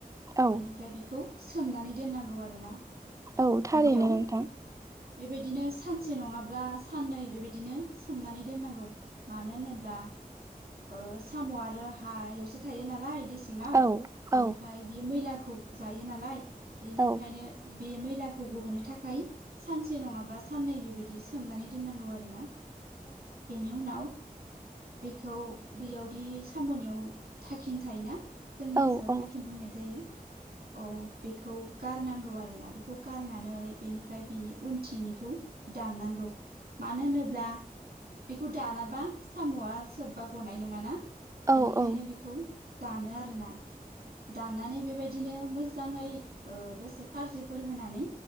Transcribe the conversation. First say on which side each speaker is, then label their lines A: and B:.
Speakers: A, on the right; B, on the right.
A: औ
B: बेनिफ्राय बेखौ सोमनानै दोननांगौ आरोना
A: औ थारैनो
B: गिबियाव
A: नोंथां
B: बेबायदिनो सान सानसे नंङाब्ला साननै बेबायदिनो सोमनानै दोननांगौ मानो होनोब्ला ओ साम' आरो हायावसो थायो नालाय दै सिंङाव
A: औ
B: बेनिफ्राय
A: औ
B: बेयो मैला खौ जायो नालाय बेनिफ्रायनो
A: औ
B: बे मैलाखौ ग'होनो थाखाय सानसे नंङाब्ला साननै बेबायदि सोमनानै दोननांगौ आरो ना बेनि उनाव खौ बेयावदि साम'नियाव थाखिनि थायोना जोंनि ओनसोलाव
A: औ औ
B: थाखिन बुंनाय जायो। अ बेखौ गारनांगौ आरो ना बेखौ गारनानै बेनिफ्राय बिनि उनथिंनिखौ दाननांगौ मानो होनोब्ला बेखौ दानाबा साम'आ सोब बा गनाय नोंङाना
A: औ
B: बेनिखायनो
A: औ
B: बेखौ दानो आरोना दाननानै बेबायदिनो मोजांङै ओ दसे खारजिफोर होनानै